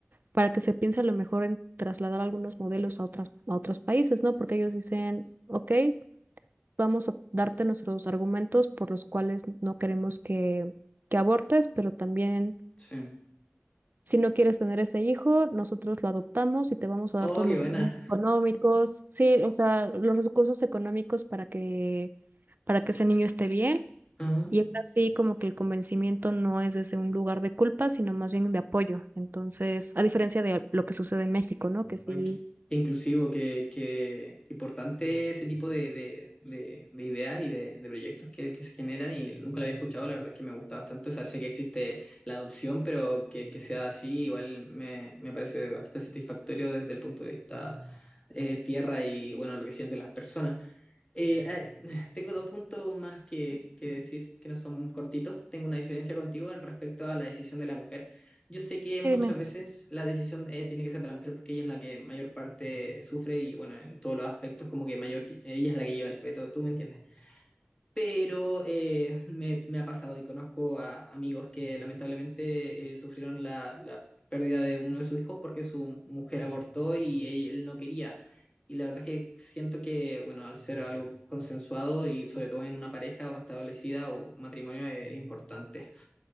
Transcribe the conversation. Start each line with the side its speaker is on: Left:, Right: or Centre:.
Right: para que se piense a lo mejor en trasladar algunos modelos a otras, a otros países, ¿no? Porque ellos dicen, ok vamos a darte nuestros argumentos por los cuales no queremos que, que abortes, pero también
Left: Sí.
Right: si no quieres tener ese hijo, nosotros lo adoptamos y te vamos a
Left: Oh,
Right: dar todos
Left: qué
Right: los
Left: buena.
Right: recursos económicos, sí, o sea, los recursos económicos para que, para que ese niño esté bien.
Left: Ujú.
Right: Y es así como que el convencimiento no es desde un lugar de culpa, sino más bien de apoyo. Entonces, a diferencia de lo que sucede en México, ¿no? Que sí.
Left: Ay, qué- qué inclusivo, qué, qué importante ese tipo de, de, de- de ideas y de, de proyectos que, que se generan y nunca lo había escuchado, la verdad es que me gusta bastante, o sea, sé que existe la adopción, pero que, que sea así igual me, me parece bastante satisfactorio desde el punto de vista eh, tierra y bueno, lo que sienten las personas. Eh, eh, <sighs> tengo dos puntos más que, que decir, que no son cortitos. Tengo una diferencia contigo en respecto a la decisión de la mujer. Yo sé que
Right: Sí,
Left: muchas
Right: dime.
Left: veces la decisión eh, tiene que ser de la mujer porque ella es la que mayor parte sufre y bueno, en todos los aspectos como que mayor, ella es la que lleva el feto, ¿tú me entiendes? pero eh, me, me ha pasado y conozco a amigos que lamentablemente eh, sufrieron la, la pérdida de uno de sus hijos porque su mujer abortó y él, no quería. Y la verdad es que siento que, bueno, al ser algo consensuado y sobre todo en una pareja o establecida o matrimonio es importante.